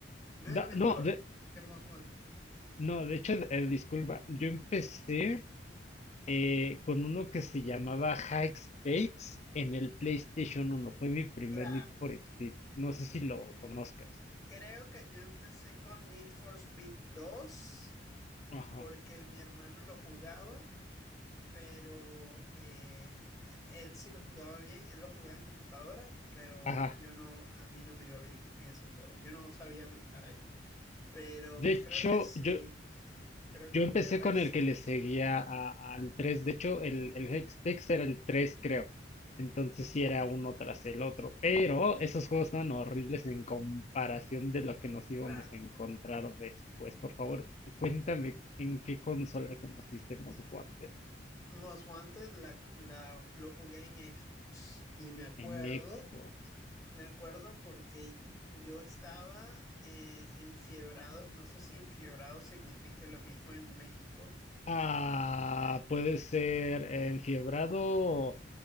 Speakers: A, on the left; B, on the left.
A: No
B: Da-
A: hay mejor
B: No, de-
A: que, que Most Wanted.
B: no, de hecho, eh, disculpa, yo empecé... eh, con uno que se llamaba High Stakes en el PlayStation uno Fue mi primer
A: Claro.
B: Need for Speed. No sé si lo conozcas.
A: Creo que yo empecé con Need for Speed dos
B: Ajá.
A: porque mi hermano lo jugaba, pero eh, él sí lo jugaba bien, él lo jugaba en computadora, pero
B: Ajá.
A: yo no, a mí no me iba bien en ese juego, yo no sabía manejar ahí, pero
B: De hecho,
A: creo que sí,
B: yo,
A: creo que
B: yo
A: jugué
B: empecé
A: el High
B: con
A: Stakes.
B: el que le seguía a- al 3. De hecho, el, el High era el 3, creo. Entonces sí era uno tras el otro. Pero esos juegos estaban horribles en comparación de lo que nos íbamos
A: Claro.
B: a encontrar después. Por favor, cuéntame en qué consola conociste Most Wanted.
A: Most Wanted la- la- lo jugué en Xbox y me acuerdo
B: En Xbox.
A: Me acuerdo porque yo estaba eh, enfiebrado, no sé si enfiebrado significa lo mismo en México.
B: Ah, puede ser enfiebrado